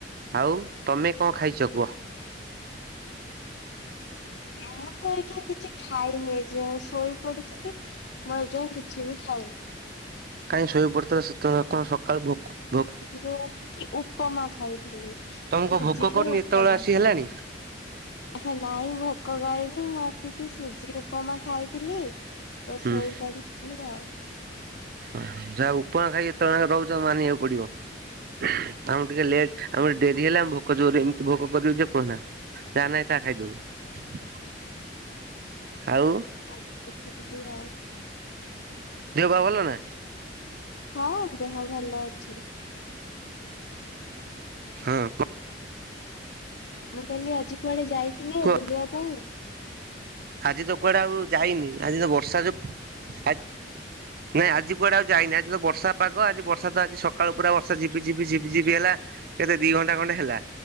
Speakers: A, on the right (about 55°); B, on the left (about 65°).
A: ଆଉ ତମେ କଣ ଖାଇଛ କୁଅ।
B: ମୁଁ ତ ଏଖିଣା କିଛି ଖାଇନି ଏଯାଏଁ ଶୋଇ ପଡିଥିଲି। ମୁଁ ଏ ଯାଏଁ କିଛି ବି ଖାଇନି।
A: କାଇଁ ଶୋଇ ପଡିଥିଲ ସେତେବେଳ ଆପଣ ସକାଳୁ ଭୋକ ଭୋକ
B: ଯୋଉ କି ଉପମା ଖାଇଥିଲି ସୁଜିରେ
A: ତମକୁ ଭୋକ କରୁନି
B: ଉପମା।
A: ଏତେବେଳେ ଆସି ହେଲାଣି।
B: ହେ ନାଇଁ ଭୋକ କରିନି ମୁଁ ଆସିକି ସୁଜି ଉପମା ଖାଇଥିଲି। ତ
A: ହୁଁ
B: ଶୋଇ ପଡିଥିଲି ଆଉ।
A: ଓ ଯାହା ଉପମା ଖାଇକି ଏତେଳେଜାଙ୍କେ ରହୁଚ ମାନିବାକୁ ପଡିବ। ଆମକୁ ଟିକେ ଲେଟଆମକୁ ଡେରି ହେଲା ଆମ ଭୋକ ଜୋରେ ଏମିତି ଭୋକ କରିବ ଯେ କୁହନା। ଜା ନାଇଁ ତା ଖାଇଦବୁ ଆଉ
B: ଖାଇଚି ସେମିତି ଆଉ।
A: ଦେହ ପା ଭଲ ନା
B: ହଁ ଦେହ ଭଲ ଅଛି।
A: ହଁ କ।
B: ମୁଁ କହିଲି ଆଜି କୁଆଡେ ଯାଇଥିଲେ
A: କୁହ
B: ବୁଲିବା ପାଇଁ?
A: ଆଜି ତ କୁଆଡେ ଆଉ ଯାଇନି ଆଜି ତ ବର୍ଷା ଯୋଗୁ ଆ ନାଇଁ ଆଜି କୁଆଡେ ଆଉ ଯାଇନି ଆଜି ତ ବର୍ଷା ପାଗ ଆଜି ବର୍ଷା ତ ଆଜି ସକାଳୁୁ ପୁରା ବର୍ଷା ଝିପି ଝିପି ଝିପି ଝିପି ହେଲା। ଏବେ ଦି ଘଣ୍ଟା ଖଣ୍ଡେ ହେଲା